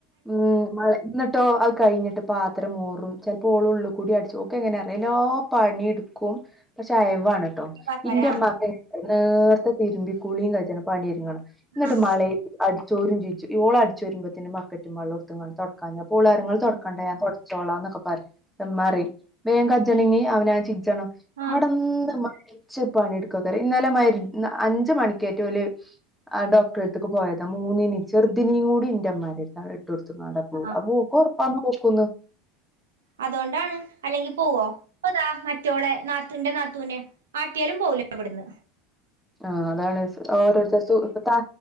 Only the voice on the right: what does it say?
ആഹ്
ആഹ്
ആഹ്
ആഹ്
അതോണ്ടാണ് അല്ലെങ്കിൽ പോവോ ഇപ്പതാ മ മറ്റോളെ നാത്തുന്റെ നാത്തുനേ ആട്ടിയാലും പോവൂല്ല ഇവിട്ന്ന്